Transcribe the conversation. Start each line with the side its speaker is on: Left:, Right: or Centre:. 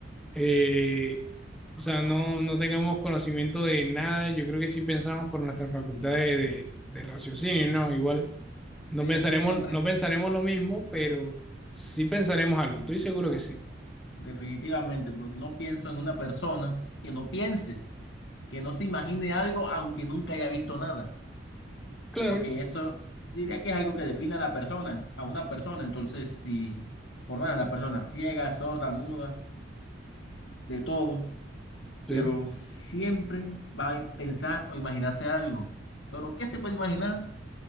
Centre: eh, o sea, no, no tengamos conocimiento de nada, yo creo que sí pensamos por nuestra facultad de, de de raciocinio, ¿no? Igual. No
Left: Sí,
Centre: pensaremos,
Left: es que siempre,
Centre: no pensaremos lo mismo, pero sí pensaremos algo. Estoy seguro que sí.
Left: definitivamente, porque no pienso en una persona que no piense, que no se imagine algo aunque nunca haya visto nada.
Centre: Claro,
Left: porque eso diría que es algo que define a la persona, a una persona. Entonces, si por más la persona ciega, sorda, muda, de todo,
Centre: sí,
Left: pero siempre va a pensar o imaginarse algo. Pero, ¿qué se puede imaginar?